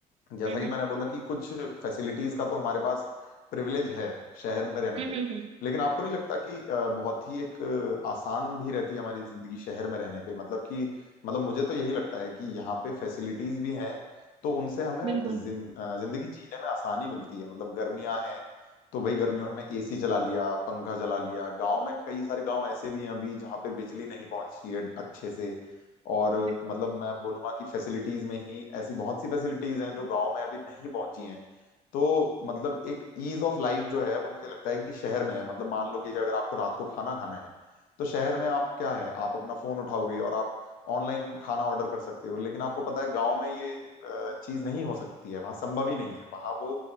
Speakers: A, on the left; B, on the right.
A: जैसा
B: हम्म
A: कि
B: हम्म
A: मैंने बोला कि कुछ फैसिलिटीज का तो हमारे पास प्रिविलेज है शहर में रहने
B: हम्म
A: पे
B: हम्म, हम्म,
A: लेकिन आपको नहीं लगता कि अ, बहुत ही एक अ, आसान भी रहती है हमारी जिंदगी शहर में रहने पे मतलब कि मतलब मुझे तो यही लगता है कि यहाँ पे फैसिलिटीज भी हैं तो उनसे हमें
B: बिल्कुल
A: जिन- अ, जिंदगी जीने में आसानी मिलती है मतलब गर्मियां हैं तो भाई गर्मियों में एसी चला लिया पंखा चला लिया गांव में कई सारे गांव ऐसे भी हैं अभी जहाँ पे बिजली नहीं पहुंची है अच्छे से और
B: बिल्कुल
A: मतलब मैं बोलूंगा कि फैसिलिटीज में ही ऐसी बहुत सी फैसिलिटीज हैं जो गांव में अभी नहीं पहुंची हैं तो मतलब एक ईज ऑफ लाइफ जो है वो मुझे लगता है कि शहर में है मतलब मान लो कि अगर आपको रात को खाना खाना है तो शहर में आप क्या है आप अपना फोन उठाओगे और आप ऑनलाइन खाना ऑर्डर कर सकते हो लेकिन आपको पता है गांव में ये चीज नहीं हो सकती है वहां संभव ही नहीं है वहां वो